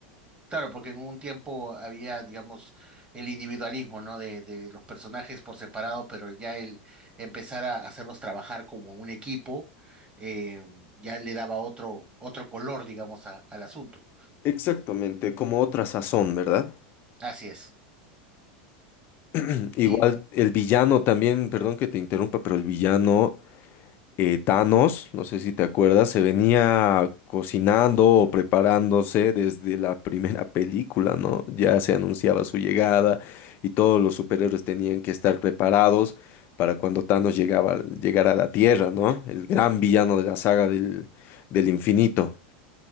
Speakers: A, on the right (about 20°); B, on the left (about 45°).
A: Claro, porque en un tiempo había, digamos, el individualismo, ¿no? De, de los personajes por separado, pero ya el empezar a hacerlos trabajar como un equipo, eh, ya le daba otro, otro color, digamos, a- al asunto.
B: Exactamente, como otra sazón, ¿verdad?
A: Así es.
B: <clears throat> Igual
A: Y
B: el villano también, perdón que te interrumpa, pero el villano eh, Thanos, no sé si te acuerdas, se venía cocinando o preparándose desde la primera película, ¿no? Ya se anunciaba su llegada y todos los superhéroes tenían que estar preparados para cuando Thanos llegaba, llegara a la Tierra, ¿no? El gran villano de la saga del, del infinito.